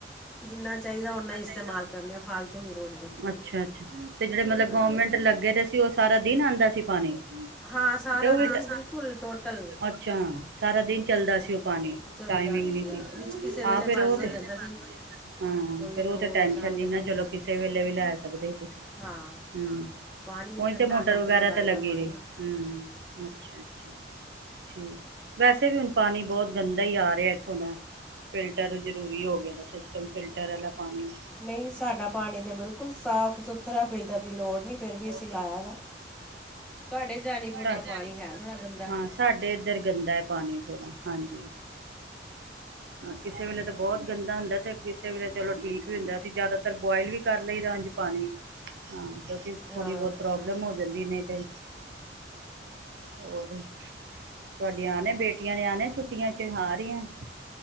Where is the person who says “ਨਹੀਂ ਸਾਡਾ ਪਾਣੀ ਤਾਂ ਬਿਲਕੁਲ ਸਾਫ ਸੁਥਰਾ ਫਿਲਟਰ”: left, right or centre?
Centre